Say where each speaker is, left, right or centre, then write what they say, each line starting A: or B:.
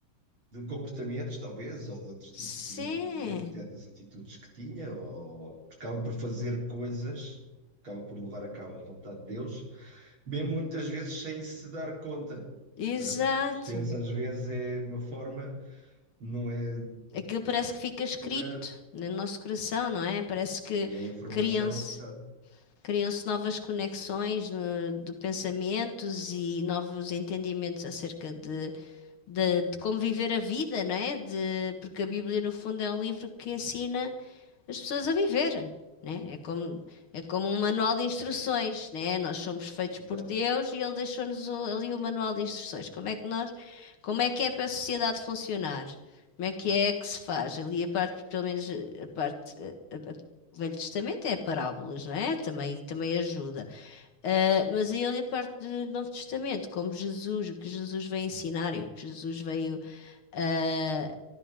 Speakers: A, on the right; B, on the left.
A: de comportamentos, talvez, ou de outro
B: Sim,
A: tipo de entendimento, até das atitudes que tinha, ou acaba por fazer coisas, acaba por levar a cabo a vontade de Deus, mesmo muitas vezes sem se dar conta,
B: exato.
A: não é? Porque a consciência às vezes é de uma forma, não é
B: Aquilo parece que fica escrito
A: dura,
B: no nosso coração,
A: não é?
B: não é? Parece que
A: e a informação,
B: criam-se
A: exato,
B: criam-se novas conexões eh, de pensamentos e novos entendimentos acerca de, de, de como viver a vida, não é? De, porque a Bíblia, no fundo, é um livro que ensina as pessoas a viver, né? É É como, é como um manual de instruções, né? Nós somos feitos
A: exato,
B: por Deus e Ele deixou-nos o- ali o manual de instruções. Como é que nós, como é que é para a sociedade funcionar? Como é que é que se faz? Ali a parte, pelo menos a parte, a- a- o Velho Testamento é parábolas, não é? Também, também ajuda. Ah, mas aí ali a parte do Novo Testamento, como Jesus, o que Jesus veio ensinar e o que Jesus veio ah,